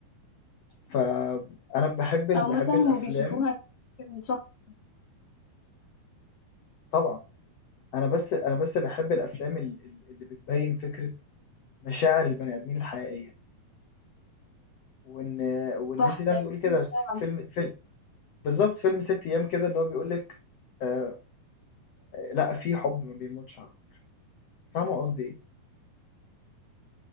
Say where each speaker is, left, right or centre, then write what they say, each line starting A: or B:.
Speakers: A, on the left (about 70°); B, on the left (about 30°).
A: فانا بحب ال...
B: او
A: بحب
B: مثلا
A: الافلام
B: هما بيشوفوها إن شخص
A: طبعا انا بس انا بس بحب الافلام ال- ال- اللي بتبين فكره مشاعر البني ادمين الحقيقيه وان وان
B: صح
A: انت زي
B: لا
A: ما بتقولي كده
B: شارع
A: فيلم فيلم بالظبط فيلم ست ايام كده اللي هو بيقول لك آه لا في حب ما بيموتش على فكرة. فاهمه قصدي ايه